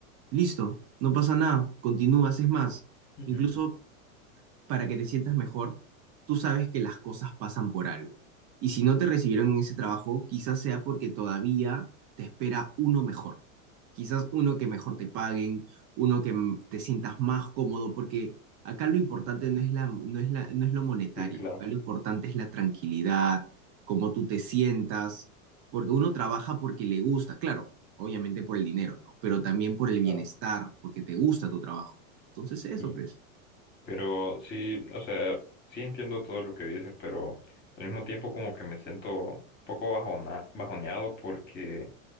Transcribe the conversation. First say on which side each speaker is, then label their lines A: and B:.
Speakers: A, on the right; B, on the left.
A: Listo, no pasa nada, continúas, es más.
B: ujú.
A: Incluso para que te sientas mejor, tú sabes que las cosas pasan por algo. Y si no te recibieron
B: Sí,
A: en ese trabajo, quizás sea porque todavía te espera uno mejor. Quizás uno que mejor te paguen, uno que mm, te sientas más cómodo, porque acá lo importante no es la, no es la, no es lo monetario,
B: sí, claro,
A: acá lo importante es la tranquilidad, cómo tú te sientas, porque uno trabaja porque le gusta, claro, obviamente por el dinero, ¿no? Pero también por el bienestar,
B: claro.
A: porque te gusta tu trabajo. Entonces eso,
B: Sí.
A: pues.
B: Pero sí, o sea, sí entiendo todo lo que dices, pero al mismo tiempo como que me siento un poco bajona- bajoneado porque,